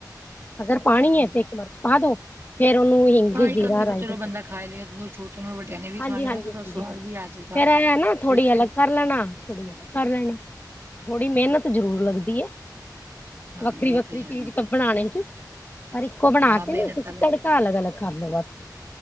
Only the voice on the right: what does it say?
ਹਾਂ
ਹਾਂ ਇੱਕ
ਅੱਧੀ
ਤਾਂ ਚਲੋ
ਬੰਦਾ ਖਾ ਹੀ ਲਏਗਾ ਕਿਉਂਕਿ ਉਹ ਛੋਟੇ ਨੂੰ ਵੱਡਿਆਂ ਨੇ ਵੀ ਖਾਣੇ
ਨਾ ਤਾਂ ਥੋੜਾ
ਸਵਾਦ
ਵੀ ਆ ਜਾਏਗਾ
ਤੇ
ਜੀ
ਹਾਂਜੀ
ਇਹ ਤੇ ਹੈ
ਹਾਂ
ਮਿਹਨਤ
ਤਾਂ ਲੱਗੇ